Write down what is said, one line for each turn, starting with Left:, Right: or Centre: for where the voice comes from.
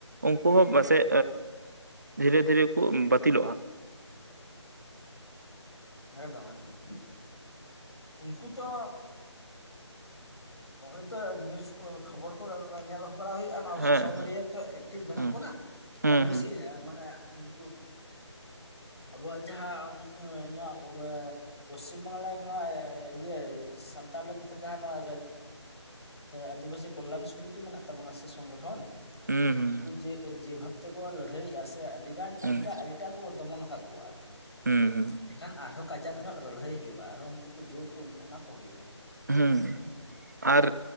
Right: ᱩᱱᱠᱩ ᱦᱚᱸ ᱯᱟᱥᱮᱜ ᱫᱷᱤᱨᱮ ᱫᱷᱤᱨᱮ ᱠᱚ ᱵᱟᱹᱛᱤᱞᱚᱜᱼᱟ
Left: ᱮᱠᱫᱚᱢ ᱮᱠᱫᱚᱢ ᱩᱱᱠᱩ ᱛᱚ ᱱᱚᱼ ᱚᱭ ᱛᱚ ᱱᱤᱭᱩᱡ ᱠᱷᱚᱵᱚᱨ ᱠᱚ ᱧᱮᱞ ᱵᱟᱲᱟ ᱦᱩᱭᱩᱜᱼᱟ ᱱᱚᱣᱟ
Right: ᱦᱮᱸ
Left: ᱥᱳᱥᱟᱞ ᱢᱤᱰᱤᱭᱟ <unintelligible> ᱮᱠᱴᱤᱵᱷ
Right: ᱦᱮᱸ
Left: ᱢᱮᱱᱟᱜ ᱵᱚᱱᱟ
Right: ᱦᱩᱸ
Left: ᱠᱚᱢ ᱵᱮᱥᱤ
Right: ᱦᱩᱸ
Left: ᱢᱟᱱᱮ ᱩᱱᱠᱩ ᱟᱵᱚᱣᱟᱜ ᱡᱟᱦᱟᱸ ᱱᱚᱣᱟ ᱯᱚᱥᱪᱤᱢ ᱵᱟᱝᱞᱟ ᱨᱮ ᱱᱚᱣᱟ ᱤᱭᱟᱹ ᱥᱟᱱᱛᱟᱲ ᱞᱟᱹᱜᱤᱫ ᱛᱮ ᱡᱟᱦᱟᱸ ᱱᱚᱣᱟ ᱟᱹᱫᱤᱵᱟᱟᱹᱥᱤ ᱠᱚᱞᱞᱟᱱ ᱥᱚᱢᱤᱛᱤ ᱢᱮᱱᱟᱜ ᱛᱟᱵᱚᱱᱟ ᱥᱮ ᱥᱚᱝᱜᱚᱴᱷᱚᱱ
Right: ᱦᱩᱸ
Left: ᱩᱱᱠᱩ
Right: ᱦᱩᱸ
Left: ᱡᱮ ᱡᱮ ᱵᱷᱟᱵ ᱛᱮᱠᱚ ᱞᱟᱹᱲᱦᱟᱹᱭᱮᱫᱼᱟ ᱥᱮ ᱟᱹᱰᱤ ᱜᱟᱱ
Right: ᱦᱩᱸ
Left: ᱟᱹᱰᱤᱴᱟᱜ
Right: ᱦᱩᱸ
Left: ᱟᱹᱰᱤᱴᱟᱜ ᱠᱚ ᱫᱚᱢᱚᱱ ᱟᱠᱟᱫ ᱠᱚᱣᱟ ᱟᱨᱠᱤ
Right: ᱦᱩᱸ ᱦᱩᱸ
Left: ᱮᱠᱷᱟᱱ ᱟᱨᱦᱚᱸ ᱠᱟᱡᱟᱠ ᱧᱚᱜ ᱞᱟᱹᱲᱦᱟᱹᱭ ᱦᱩᱭᱩᱜᱼᱟ ᱟᱨᱚ ᱩᱱᱠᱩ ᱠᱚ ᱡᱳᱨ ᱠᱚ ᱮᱢᱟᱠᱚ ᱦᱩᱭᱩᱜᱼᱟ᱾
Right: ᱦᱩᱢ
Left: ᱦᱩᱸ ᱦᱮᱸ
Right: ᱟᱨ